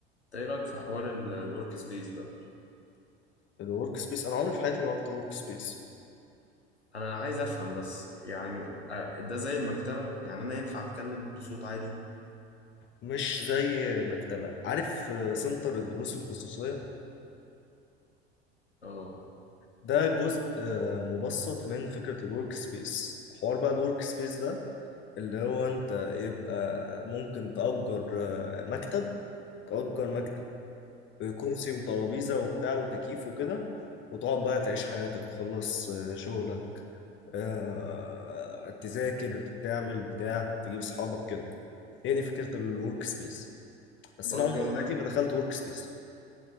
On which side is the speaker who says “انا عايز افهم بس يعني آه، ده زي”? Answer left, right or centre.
Left